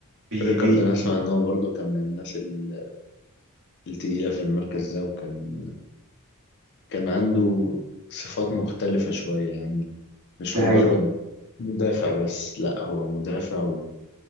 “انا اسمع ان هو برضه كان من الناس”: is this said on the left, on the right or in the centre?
Left